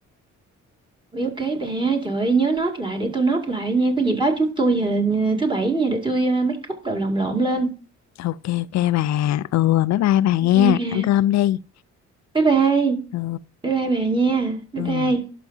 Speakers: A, on the right; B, on the left.
A: Ui, Ok bà, trời ơi, nhớ note lại để tôi note lại nha, có gì báo trước tôi giờ thứ bảy nha để tôi ờ, make up đầu lòng lộn lên.
B: ok ok bà ừ bye bye bà nghe
A: Ok bà.
B: ăn cơm đi
A: Bye bye.
B: ừ
A: Bye bye bà nha. Bye
B: ừ
A: bye.